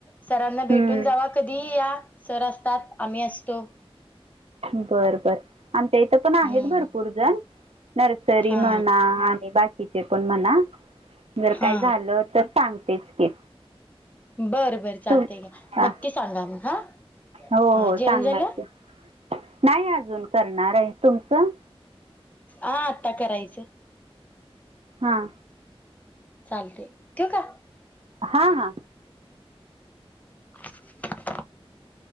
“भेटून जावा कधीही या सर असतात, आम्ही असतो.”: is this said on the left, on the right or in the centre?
Left